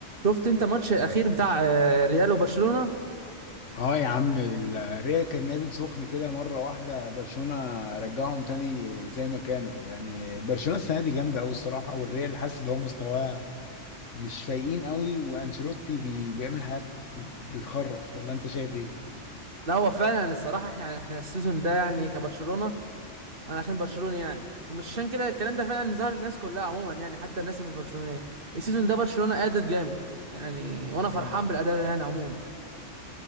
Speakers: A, on the right (about 50°); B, on the left (about 85°).
A: شفت انت ماتش الاخير بتاع آه، ريال وبرشلونة
B: اه يا عم الريال كان نازل سخن كده مرة واحدة برشلونة رجعهم تاني زي ما كانوا يعني برشلونة السنة دي جامدة أوي الصراحة والريال حاسس إن هو مستواه مش فايقين أوي وأنشيلوتي بي بيعمل حاجات بيخرف ولا أنت شايف إيه؟
A: لا هو فعلا الصراحة احنا احنا السيزون ده يعني كبرشلونة انا عشان برشلوني يعني ومش عشان كده الكلام ده فعلا ظهر للناس كلها عموما يعني حتى الناس اللي مش برشلونية السيزون ده برشلونة ادت جامد يعني وانا فرحان
B: اه
A: بالاداء ده يعني عموما